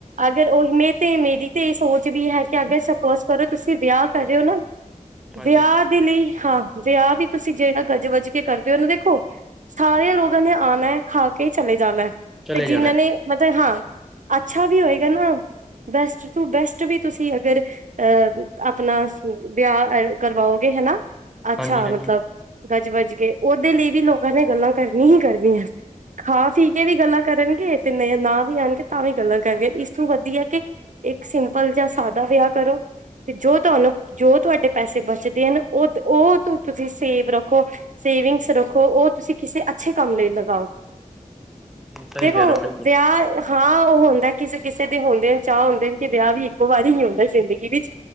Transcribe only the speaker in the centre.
ਹਾਂਜੀ
ਚਲੇ
ਜਾਣਾ
ਹਾਂਜੀ ਹਾਂਜੀ
ਸਹੀ
ਕਹਿ ਰਹੇ ਹੋ ਬਿਲਕੁਲ